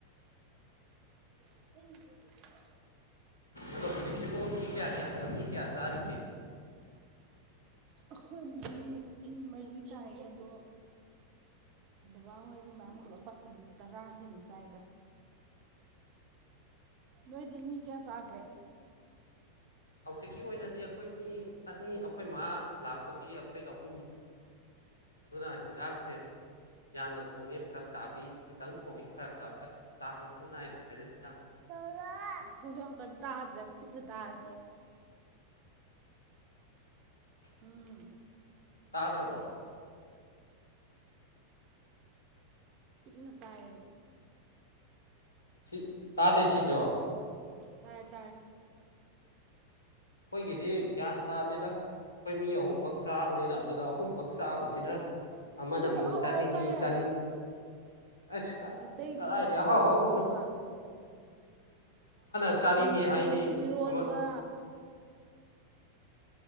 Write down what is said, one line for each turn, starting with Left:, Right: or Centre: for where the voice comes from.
Right: <unintelligible>
Left: ꯑꯗꯣ ꯍꯧꯖꯤꯛꯁꯤꯕꯨ ꯃꯤ ꯀꯌꯥ ꯀꯌꯥ ꯃꯤ ꯀꯌꯥ ꯆꯥꯔꯤꯒꯦ
Right: ꯑꯩꯈꯣꯏꯕꯨꯗꯤ ꯏ ꯃꯔꯤ ꯆꯥꯏꯌꯦ ꯑꯗꯣ ꯕꯕꯥ ꯍꯣꯏꯖꯨ ꯃꯌꯥꯝ ꯄꯨꯂꯞ ꯄꯥꯁꯤꯜꯂꯗꯤ ꯇꯔꯥ ꯍꯦꯟ ꯆꯥꯏꯗ ꯅꯣꯏꯗꯤ ꯃꯤ ꯀꯌꯥ ꯆꯥꯒꯦ
Left: ꯍꯧꯖꯤꯛꯀꯤ ꯑꯣꯏꯅꯗꯤ ꯑꯩꯈꯣꯏ ꯃꯤ ꯑꯅꯤ ꯑꯩꯈꯣꯏ ꯃꯥꯥ ꯂꯥꯛꯄꯒꯤ ꯑꯩꯈꯣꯏ ꯑꯍꯨꯝ ꯑꯗꯨꯅꯥ ꯍꯦꯟꯖꯥꯡꯁꯦ ꯌꯥꯝꯅ ꯊꯣꯡꯉꯦ ꯐꯔꯛ ꯇꯥꯕꯤ ꯈꯤꯇꯪ ꯊꯣꯡꯉꯦ ꯐꯔꯛ ꯇꯥꯕꯤ ꯑꯁ ꯆꯥꯡ ꯑꯃ ꯅꯥꯏꯗ꯭ꯔꯦꯗ ꯍꯤꯟꯖꯥꯡ
Right: <unintelligible> ꯃꯈꯣꯜꯗꯨ ꯌꯥꯝ ꯀꯟꯅ ꯇꯥꯗ꯭ꯔꯦ ꯄꯤꯛꯅ ꯇꯥꯔꯦ
Left: <inaudible>
Right: ꯎꯝ
Left: ꯇꯥꯗ꯭ꯔꯕꯣ
Right: ꯄꯤꯛꯅ ꯇꯥꯏꯌꯦꯕ
Left: ꯁꯤ ꯇꯥꯗꯦ
Right: <unintelligible>
Left: ꯁꯤꯁꯨ
Right: ꯇꯥꯔꯦ ꯇꯥꯔꯦ
Left: ꯑꯩꯈꯣꯏꯒꯤꯗꯤ ꯒ꯭ꯌꯥꯟ ꯇꯥꯗꯦꯗ ꯑꯩꯈꯣꯏ ꯃꯤ ꯑꯍꯨꯝꯈꯛ ꯆꯥꯕꯅꯤꯅ ꯑꯗꯨꯗ ꯑꯍꯨꯝꯈꯛ ꯆꯥꯕꯁꯤꯗ ꯑꯃꯅ
Right: ꯑꯗꯨꯗꯤ
Left: ꯑꯃꯨꯛ
Right: ꯑꯍꯥꯎ
Left: ꯆꯥꯅꯤꯡꯉꯤ
Right: ꯑꯍꯥꯎ ꯆꯥ ꯌꯥꯔꯦ
Left: ꯆꯥꯅꯤꯡ ꯑꯁ
Right: ꯃꯩꯇꯩꯒꯤ
Left: ꯀꯗꯥꯏꯗꯩ ꯑꯍꯥꯎ ꯑꯍꯥꯎꯕꯅꫭ
Right: ꯑꯍꯥꯎꯕ
Left: ꯆꯥꯅꯤꯡꯉꯦ
Right: ꯃꯇꯝ ꯃꯇꯝꯒꯤ
Left: ꯍꯥꯏꯅꯤ
Right: ꯏꯔꯣꯟꯕ
Left: ꯑꯃ